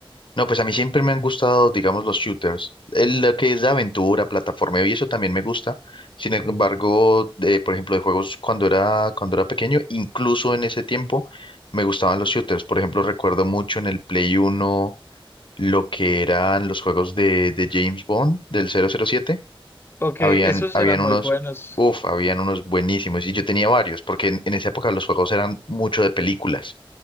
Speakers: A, on the left; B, on the left.
A: No, pues a mí siempre me han gustado, digamos, los shooters. El- lo que es de aventura, plataforma y eso también me gusta. Sin embargo, de- por ejemplo, de juegos cuando era, cuando era pequeño, incluso en ese tiempo, me gustaban los shooters. Por ejemplo, recuerdo mucho en el Play Uno lo que eran los juegos de, de James Bond, del 007.
B: Ok,
A: Habían,
B: esos
A: habían
B: eran muy
A: unos,
B: buenos.
A: uff, habían unos buenísimos. Y yo tenía varios, porque en, en esa época los juegos eran mucho de películas.